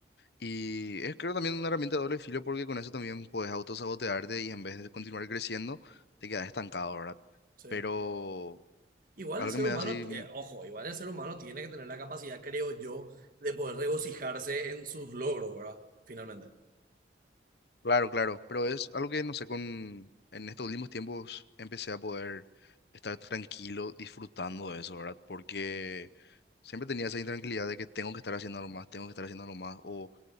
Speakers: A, on the left (about 60°); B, on the right (about 45°).
A: Y es creo también una herramienta de doble filo porque con eso también puedes autosabotearte y en vez de continuar creciendo, te quedas estancado, ¿verdad?
B: sí.
A: Pero
B: Igual
A: algo
B: el ser
A: que me
B: humano,
A: da así, mm,
B: eh, ojo, igual el ser humano tiene que tener la capacidad, creo yo, de poder regocijarse en sus logros, ¿verdad? Finalmente.
A: claro, claro, pero es algo que, no sé, con, en estos últimos tiempos empecé a poder estar tranquilo disfrutando de eso, ¿verdad? Porque siempre tenía esa intranquilidad de que tengo que estar haciendo algo más, tengo que estar haciendo algo más, o